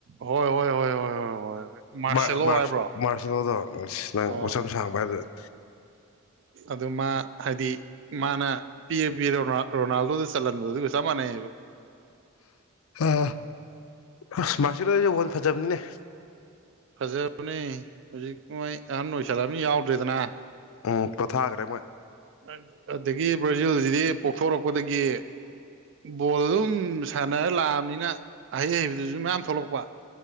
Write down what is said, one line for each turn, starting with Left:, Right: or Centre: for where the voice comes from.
Right: ꯍꯣꯏ ꯍꯣꯏ ꯍꯣꯏ ꯍꯣꯏ ꯍꯣꯏ ꯍꯣꯏ ꯍꯣꯏ ꯃꯥꯔꯁꯦꯂꯣ
Left: ꯃꯥꯔꯁ ꯃꯥꯔꯁ
Right: ꯍꯥꯏꯕ꯭ꯔꯣ
Left: ꯃꯥꯔꯁꯦꯜꯂꯣꯗꯣ ꯑꯁ ꯅꯪ
Right: ꯍꯣꯏ
Left: ꯃꯁꯝ
Right: ꯍꯣꯏ
Left: ꯁꯥꯡꯕ ꯍꯥꯏꯕꯗꯨꯗ
Right: ꯑꯗꯨ ꯃꯥ ꯍꯥꯏꯗꯤ ꯃꯥꯅ ꯄꯤꯔꯥ ꯄꯤꯔꯥ ꯔꯣꯅꯥꯜ ꯔꯣꯅꯥꯜꯗꯣꯗ ꯆꯜꯍꯟꯕꯗꯣ ꯑꯗꯨꯒ ꯆꯞ ꯃꯥꯟꯅꯩꯌꯦꯕ
Left: ꯑꯥ ꯍꯁ ꯃꯥꯔꯁꯤꯂꯣꯁꯦ <unintelligible> ꯐꯖꯕꯅꯤꯅꯦ
Right: ꯐꯖꯕꯅꯦ ꯍꯧꯖꯤꯛ ꯃꯣꯏ ꯑꯍꯟ ꯑꯣꯏꯁꯜꯂꯛꯑꯝꯅꯤꯅ ꯌꯥꯎꯗ꯭ꯔꯦꯗꯅ
Left: ꯎꯝ ꯄꯣꯊꯥꯈ꯭ꯔꯦ ꯃꯣꯏ
Right: ꯑꯥ ꯑꯗꯒꯤ ꯕ꯭ꯔꯥꯖꯤꯜꯁꯤꯗꯤ ꯄꯣꯛꯊꯣꯔꯛꯄꯗꯒꯤ ꯕꯣꯜ ꯑꯗꯨꯝ ꯁꯥꯟꯅꯔ ꯂꯥꯛꯑꯕꯅꯤꯅ ꯑꯍꯩ ꯍꯩꯕꯗꯨꯁꯨ ꯃꯌꯥꯝ ꯊꯣꯛꯂꯛꯄ